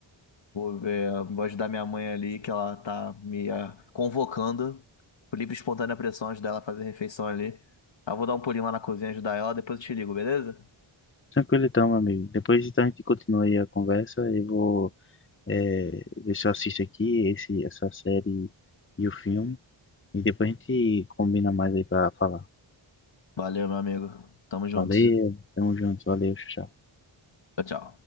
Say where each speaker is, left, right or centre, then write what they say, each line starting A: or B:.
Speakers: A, on the left; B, on the left.
A: Vou ver, vou ajudar minha mãe ali, que ela tá me ah, convocando por livre e espontânea pressão, ajudar ela a fazer a refeição ali. Aí eu vou dar um pulinho lá na cozinha, ajudar ela, depois eu te ligo, beleza?
B: Tranquilo então, meu amigo. Depois então a gente continua aí a conversa. Eu vou eh, ver se eu assisto aqui esse, essa série e o filme. E depois a gente combina mais aí para falar.
A: Valeu, meu amigo. Tamo junto.
B: Valeu, tamo junto, valeu, tchau.
A: Tchau, tchau.